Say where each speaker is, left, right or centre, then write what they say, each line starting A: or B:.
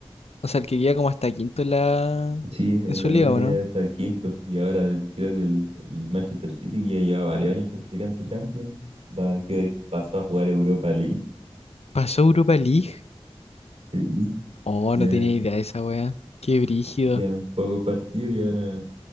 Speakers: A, on the left (about 85°); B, on the right (about 80°).
A: O sea, el que llega como hasta quinto en la.
B: Sí, en
A: en su
B: la
A: liga,
B: Premier
A: ¿o no?
B: ya está el quinto y ahora el- creo que el, el Manchester City que ya lleva varios años clasificándose a Champions, va, que pasó a jugar Europa League. <laughs>
A: Pasó Europa League.
B: Sí,
A: Oh,
B: ya
A: no tenía idea de esa wea. Qué brígido.
B: quedan pocos partidos y ahora